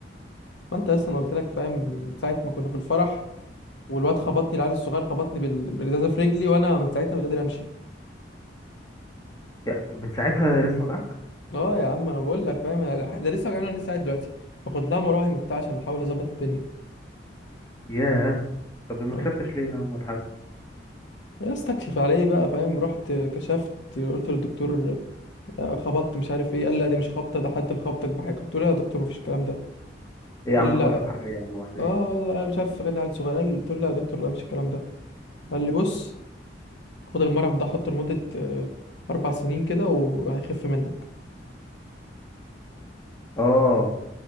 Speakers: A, on the left; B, on the left.
A: ما انت لسه انا قلت لك فاهم من ساعه ما كنا في الفرح والواد خبطني العيل الصغير خبطني بال- بالازازه في رجلي وانا من ساعتها مش قادر امشي
B: يا من ساعتها لسه وجعك
A: اه يا عم انا بقول لك فاهم ده لسه وجعني وانا لسه قاعد دلوقتي باخد لها مراهم وبتاع عشان احاول اظبط الدنيا
B: ياه طب ما
A: اه
B: كشفتش ليه يا عم ولا حاجه
A: يا استكشف على ايه بقى فاهم رحت كشفت قلت للدكتور آه، خبطت مش عارف ايه قال لا دي مش خبطه ده حد مخبطك بحاجه قلت له لا يا دكتور مفيش الكلام ده
B: ايه يا
A: قال
B: عم
A: لي
B: خبطك
A: لا
B: بحاجه ايه يا عم واحنا
A: اه
B: ايه
A: والله انا مش عارف غير عيل صغير قال قلت له لا يا دكتور لا مش الكلام ده قال لي بص خد المرهم ده حطه لمده آه، اربع سنين كده وهيخف منك
B: اه